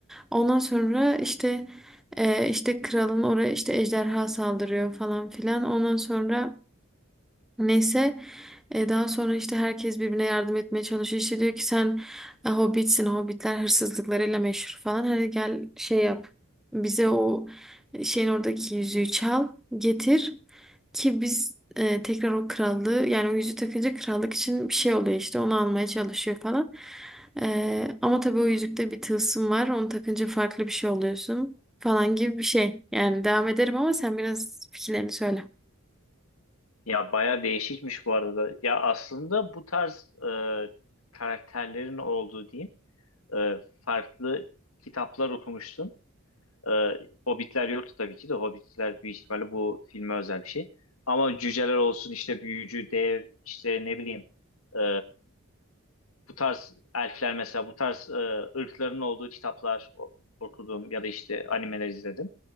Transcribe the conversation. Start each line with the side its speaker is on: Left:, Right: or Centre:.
Centre: Ondan sonra işte e, işte kralın oraya işte ejderha saldırıyor falan filan. Ondan sonra Neyse e, daha sonra işte herkes birbirine yardım etmeye çalışıyor. İşte diyor ki sen e, hobbitsin, hobbitler hırsızlıklarıyla meşhur falan. Hadi gel şey yap. Bize o şeyin oradaki yüzüğü çal, getir ki biz e, tekrar o krallığı yani o yüzüğü takınca krallık için bir şey oluyor işte onu almaya çalışıyor falan. E, ama tabii o yüzükte bir tılsım var. Onu takınca farklı bir şey oluyorsun falan gibi bir şey. Yani devam ederim ama sen biraz fikirlerini söyle.
Left: Ya bayağı değişikmiş bu arada. Ya aslında bu tarz e, karakterlerin olduğu diyeyim e, farklı kitaplar okumuştum. E, Hobbitler yoktu tabii ki de Hobbitler büyük ihtimalle bu filme özel bir şey. Ama cüceler olsun işte büyücü, dev işte ne bileyim e, bu tarz elfler mesela bu tarz e, ırkların olduğu kitaplar o- okudum ya da işte animeler izledim.